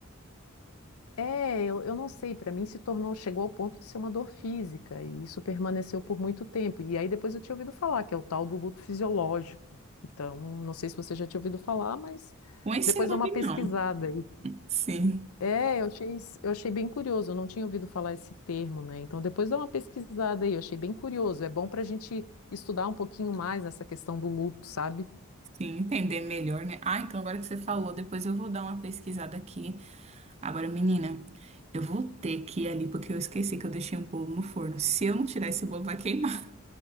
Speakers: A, on the left; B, on the right.
A: É, eu, eu não sei, para mim se tornou, chegou ao ponto de ser uma dor física, e isso permaneceu por muito tempo. E aí depois eu tinha ouvido falar, que é o tal do luto fisiológico. Então, não sei se você já tinha ouvido falar, mas
B: Com esse
A: depois
B: nome,
A: dá uma pesquisada
B: não.
A: aí.
B: Sim.
A: É, eu achei, isso- eu achei bem curioso, eu não tinha ouvido falar esse termo, né? Então, depois dá uma pesquisada aí, eu achei bem curioso. É bom para a gente estudar um pouquinho mais essa questão do luto, sabe?
B: Sim, entender melhor, né? Ah, então agora que você falou, depois eu vou dar uma pesquisada aqui. Agora, menina, eu vou ter que ir ali porque eu esqueci que eu deixei um bolo no forno. Se eu não tirar esse bolo, vai queimar.